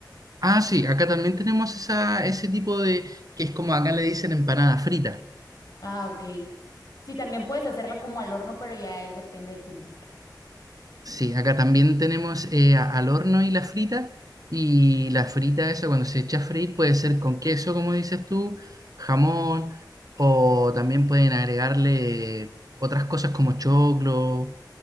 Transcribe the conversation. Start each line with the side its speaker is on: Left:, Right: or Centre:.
Right: Ah, sí, acá también tenemos esa, ese tipo de, que es como acá le dicen empanada frita.
Left: Ah, ok. Sí, también puedes hacerla como al horno, pero ya es depende de tu gusto.
Right: Sí, acá también tenemos eh, a- al horno y la frita. Y la frita, eso cuando se echa a freír, puede ser con queso, como dices tú, jamón, o también pueden agregarle otras cosas como choclo.